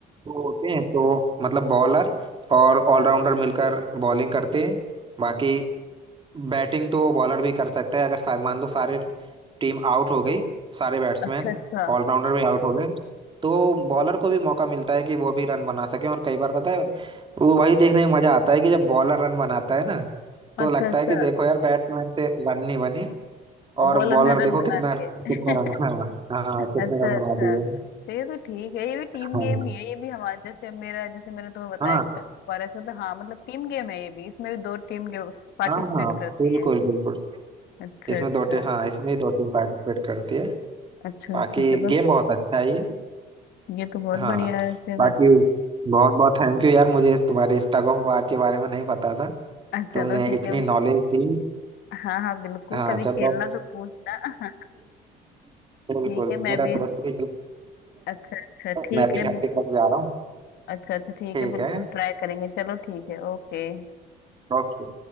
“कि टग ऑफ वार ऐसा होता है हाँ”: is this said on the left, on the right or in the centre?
Left